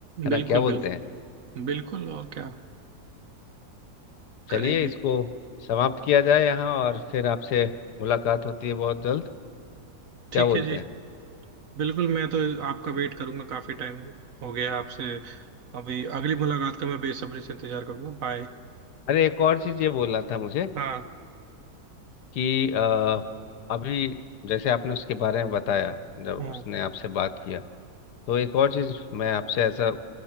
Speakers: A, on the left (about 70°); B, on the right (about 60°).
A: ना
B: बिल्कुल
A: क्या बोलते
B: बिल्कुल
A: हैं
B: बिल्कुल और क्या करेंगे
A: चलिए इसको समाप्त किया जाए यहाँ और फिर आपसे मुलाकात होती है बहुत जल्द
B: ठीक
A: क्या बोलते
B: है जी
A: हैं
B: बिल्कुल मैं तो आपका वेट
A: मिलते
B: करूंगा
A: हैं
B: काफी टाइम हो गया आपसे अभी अगली मुलाकात का मैं बेसब्री से इंतजार करूंगा बाय
A: अरे एक और चीज़ ये बोलना था मुझे
B: हाँ
A: कि अ, अभी जैसे आपने उसके बारे में बताया जब
B: हाँ
A: उसने आपसे बात किया तो एक और चीज़ मैं आपसे ऐसा